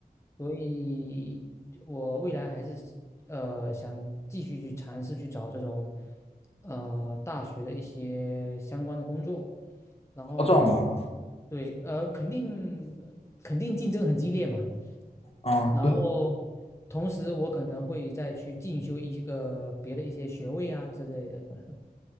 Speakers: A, on the left; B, on the left.
A: 所以我未来还是呃想继续去尝试去找这种呃大学的一些相关的工作，然后同
B: 好找吗？
A: 对呃肯定肯定竞争很激烈嘛，
B: 啊，
A: 然后同时我可能会再去进修一个别的一些学位啊之类的，
B: 对，
A: 可能。